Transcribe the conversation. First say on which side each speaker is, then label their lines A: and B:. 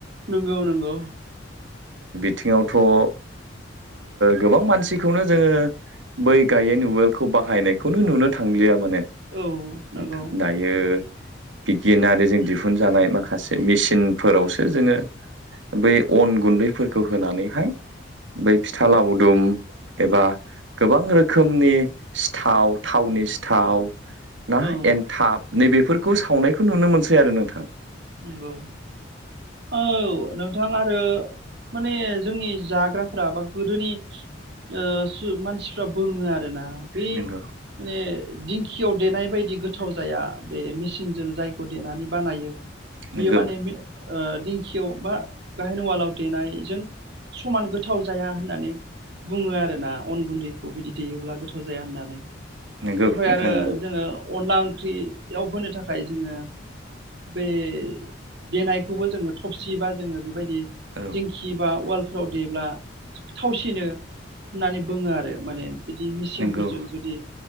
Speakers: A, on the right; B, on the right.
A: नोंगौ नोंगौ।
B: थिं आवथ' ओ गोबां मानसिखौनो जोङो बै गायहेन उवालखौ बाहायनाय खौनो नुनो थांलिया माने।
A: औ नंगौ
B: नोंथांं दायो बिगियानारिजों दिहुनजानाय माखासे मे सिनफोरावसो जोङो बे अन गुन्दैफोरखौ होनानैहाय बै फिथा लावदुम एबा गोबां रोखोमनि थाव थावनि सिथाव ना
A: औ
B: एनथाब नैबे फोरखौ सावनायखौ नुनो मोनसै आरो नोंथां।
A: नंगौ औ नोंथाङा ओ माने जोंनि जाग्राफोरा बा गोदोनि ओ सु मानसिफ्रा बुङो आरो ना बै
B: नंगौ
A: माने दिंखियाव देनाय बायदि गोथाव जाया बे मिस सिनजों जायखौ देनानै बानायो बेयो
B: नंगौ
A: माने मे ओ दिंखियाव बा गाहेन उवालाव देनायजों समान गोथाव जाया होननानै बुङो आरोना। अन गुन्दैखौ बिदि देयोब्ला गोथाव जाया होननानै।
B: नंगौ
A: ओमफ्राय
B: नोंथां
A: आरो
B: नंगौ
A: जोङो अनला ओंख्रियाव होनो थाखाय जोङो बे देनायखौबो जोङो थबसि बा जोङो बेबायदि
B: औ
A: दिंखि बा उवाल फ्राव देब्ला थावसिनो होननानै बुङो आरो माने बिदि मेसिनफोरजों
B: नंगौ
A: जुदि